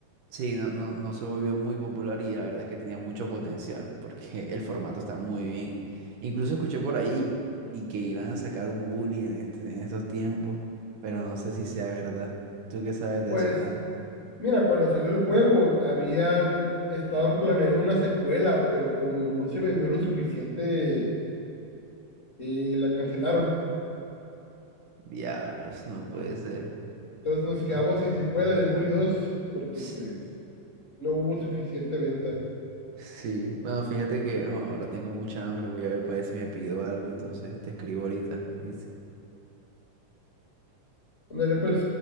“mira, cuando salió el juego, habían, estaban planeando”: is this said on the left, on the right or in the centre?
Left